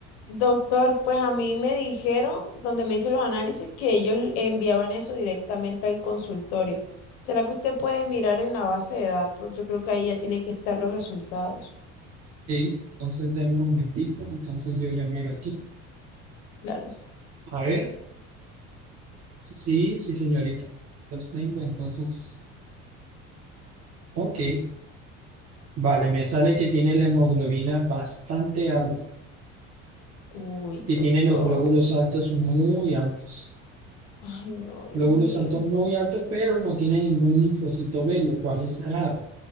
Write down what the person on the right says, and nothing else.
Sí, entonces, denme un momentico. Entonces, yo ya miro aquí.
A ver, sí, sí, señorita. Los tengo, entonces, ok. Vale, me sale que tiene la hemoglobina bastante alta
y
tiene los glóbulos altos muy altos.
Glóbulos
santos muy altos, pero no tiene ningún linfocito B, lo cual es raro.